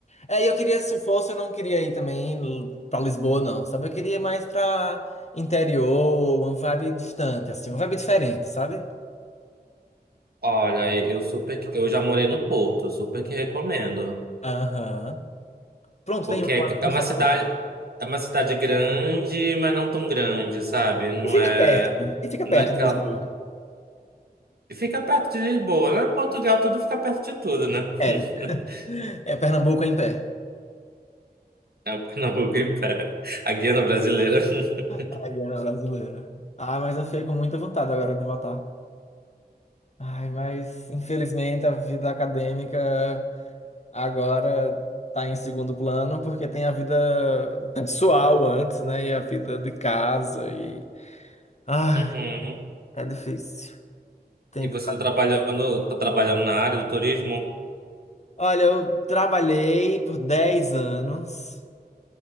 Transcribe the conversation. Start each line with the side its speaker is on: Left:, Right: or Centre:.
Left: É, e eu queria, se fosse, eu não queria ir também l- pra Lisboa, não, sabe? Eu queria ir mais pra interior, uma vibe distante, assim, uma vibe diferente, sabe?
Right: Olha, eu super, que- eu já morei no Porto, super que recomendo.
Left: Aham. Pronto,
Right: Porque
Left: tem uma
Right: é
Left: lá
Right: é
Left: muito
Right: uma
Left: famosa.
Right: cidade, é uma cidade grande, mas não tão grande, sabe? Não
Left: E fica
Right: é
Left: perto, e fica
Right: naquela
Left: perto de Lisboa.
Right: Fica perto de Lisboa, né? Portugal tudo fica perto de tudo, né?
Left: É,
Right: <laughs>
Left: é Pernambuco é em pé.
Right: É o Pernambuco em pé. A Guiana brasileira. <laughs>
Left: A Guiana brasileira. Ah, mas eu fiquei com muita vontade agora de votar. Ai, mas infelizmente a vida acadêmica. agora tá em segundo plano porque tem a vida pessoal antes, né? E a vida de casa e ai,
Right: Uhum.
Left: é difícil. Tem
Right: E você
Left: que...
Right: tá trabalhando, tá trabalhando na área do turismo?
Left: Olha, eu trabalhei por 10 anos,